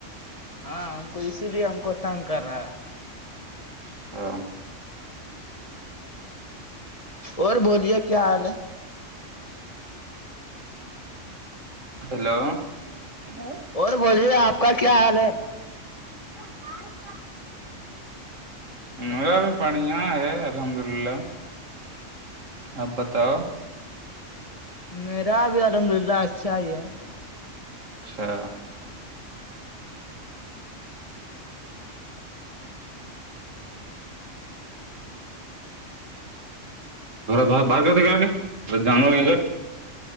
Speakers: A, on the left; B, on the right.
A: ہاں ہم کو اسی لیے ہم کو تنگ کر رہا ہے
B: اچھا
A: اور بولیے کیا حال ہے
B: ہیلوو
A: اور بولیے آپ کا کیا حال ہے
B: اھا ہائے س مذا بھی پانییاں الحمد اللہ آب بتاؤ
A: میرا ابھی الحمد للہ اچھا ہی ہے
B: اچھا باہ باہر کرتے گے جانور کے گھر